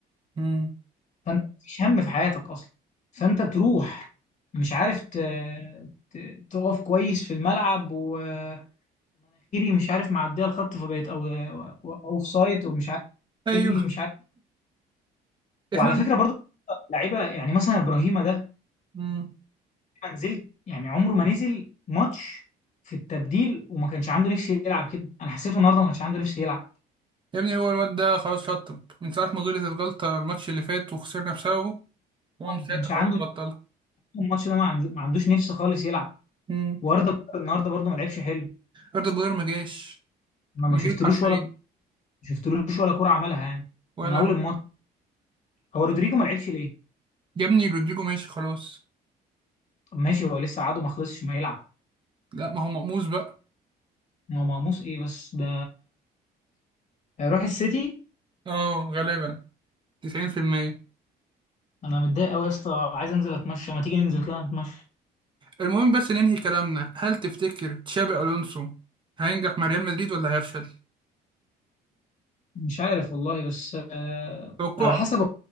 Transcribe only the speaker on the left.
فانت مفيش هم في حياتك اصلا فانت تروح مش عارف ت... ت... تقف كويس في الملعب ومناخيري مش عارف معديه الخط فبقيت او اوف سايد ومش عارف
رجلي مش عارف وعلى
فكره برضه لعيبه يعني مثلا ابراهيم ده
ما نزلت يعني عمره ما نزل ماتش في التبديل وما كانش عنده نفس يلعب كده انا حسيته النهارده ما كانش عنده نفس يلعب
آه،
ما
كانش
عنده
نفس الماتش ده ما عنده- ما عندوش نفس خالص يلعب
واردا جولر النهارده برضه ما لعبش حلو
ما ما
شفتلوش
ولا ما شفتلوش ولا كوره عملها يعني
من اول
الماتش هو رودريجو ما لعبش ليه
طب ماشي هو لسه عاده ما خلصش ما يلعب
ما هو مقموص ايه بس ده هيروح السيتي
انا متضايق قوي يا اسطى عايز انزل اتمشى ما تيجي ننزل كده نتمشى
مش عارف والله بس آه
على حسب